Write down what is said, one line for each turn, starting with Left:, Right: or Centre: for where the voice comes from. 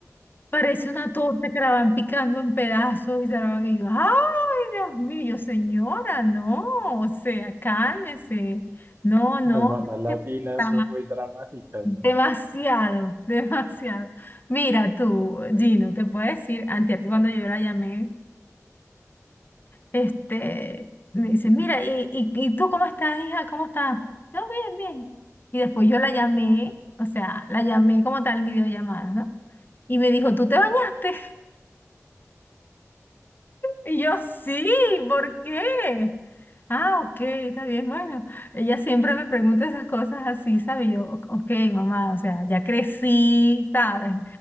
Left: Parece una torta que la van picando en pedazos y se la van y yo, ay, Dios mío, yo, señora, no, o sea, cálmese. No, no,
Right: Las mamás latinas
Left: está
Right: son muy dramáticas,
Left: demasiado,
Right: ¿no?
Left: <laughs> demasiado. Mira tú, Gino, te puedo decir, antes cuando yo la llamé, este, me dice, mira, ¿y, y, y tú cómo estás, hija? ¿Cómo estás? Yo, bien, bien. Y después yo la llamé, o sea, la llamé como tal videollamada, ¿no? Y me dijo, ¿tú te bañaste? Y yo, sí, ¿por qué? Ah, ok, está bien, bueno. Ella siempre me pregunta esas cosas así, ¿sabes? Y Yo, "O- ok, mamá, o sea, ya crecí, ¿sabes?